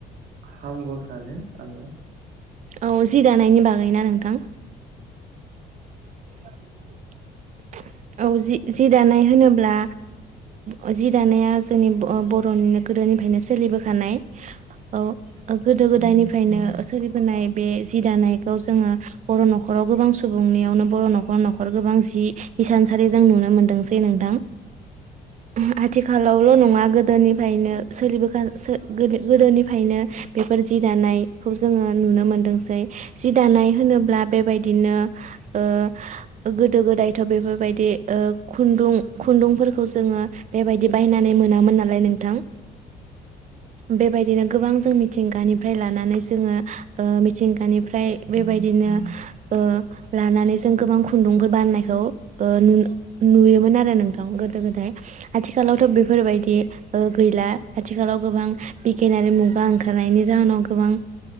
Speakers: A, on the right; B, on the right.
A: हामगौ सानो आङो।
B: औ जि दानायनि बागैना नोंथां? <inaudible> औ जि जि दानाय होनोब्ला ओ जि दानाया जोंनि ब-बर'निनो गोदोनिफ्रायनो सोलिबोखानाय औ गोदो गोदायनिफ्रायनो सोलिबोनाय बे जि दानायखौ जोङो बर' न'खराव गोबां सुबुंनियावनो बर' न'खर न'खर गोबां जि इसानसालि जों नुनो मोनदोंसै नोंथां ओ आथिखालावल' नङा गोदोनिफ्रायनो सोलिबो खानाय सो-सोलि गोदोनिफ्रायनो बेफोर जि दानायखौ जोङो नुनो मोनदोंसै। जि दानाय होनोब्ला बेबायदिनो ओ गोदो गोदाय थ' बेफोरबायदि ओ खुन्दुं खुन्दुंफोरखौ जोङो बेबायदि बायनानै मोनामोन नालाय नोंथां। बेबायदिनो गोबां जों मिथिंगानिफ्राय लानानै जोङो मिथिंगानिफ्राय बेबायदिनो ओ लानानै ओ जों गोबां खुन्दुंफोर बानायनायखौ ओ नु-नुयोमोन आरो नोंथां गोदो गोदाय आथिखालावथ' बेफोरबायदि ओ गैला आथिखालाव गोबां पकेनारि मुगा ओंखारनायनि जाहोनाव गोबां